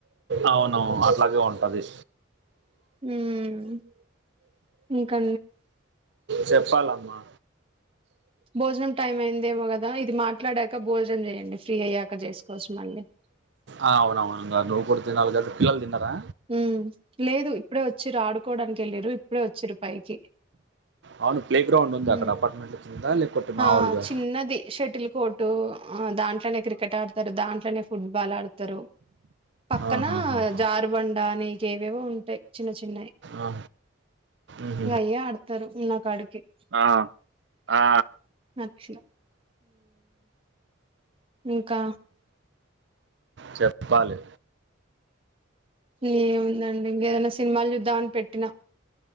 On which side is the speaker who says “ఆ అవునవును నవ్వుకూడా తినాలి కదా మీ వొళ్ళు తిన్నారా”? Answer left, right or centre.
Right